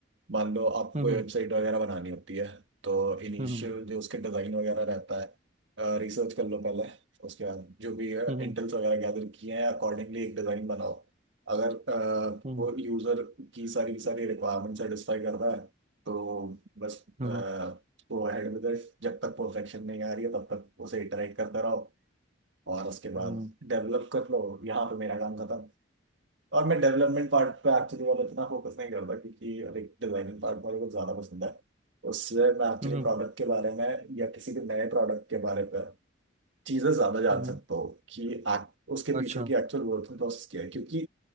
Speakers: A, on the right (about 65°); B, on the right (about 35°).
A: मान लो आपको
B: हम्म
A: कोई वेबसाइट वगैरह बनानी होती है तो इनिशियल
B: हम्म
A: जो उसके डिज़ाइन वगैरह रहता है रिसर्च कर लो पहले उसके बाद जो भी
B: हम्म
A: इंटेल्स वगैरह गैदर किए हैं अकॉर्डिंगली एक डिज़ाइन बनाओ अगर अ,
B: हम्म
A: वो यूज़र की सारी की सारी रिक्वायरमेंट सेटिस्फाई कर रहा है तो बस
B: हम्म
A: गो
B: हम्म
A: अहेड विद इट जब तक परफेक्शन नहीं आ रही है तब तक उसे इटरेट करते रहो और उसके बाद
B: हम्म
A: डेवलप कर लो यहाँ पे मेरा काम खत्म और मैं डेवलपमेंट पार्ट पे एक्चुअली वाला इतना फोकस नहीं करता क्योंकि लाइक डिजाइनिंग पार्ट मुझे कुछ ज़्यादा पसंद है उससे मैं एक्चुअली
B: हम्म, हम्म,
A: प्रोडक्ट के बारे में या किसी भी नए प्रोडक्ट के बारे में चीज़ें ज़्यादा जान
B: हम्म,
A: सकता हूँ कि act- उसके
B: अच्छा
A: पीछे की एक्चुअल वर्किंग प्रोसेस क्या है क्योंकि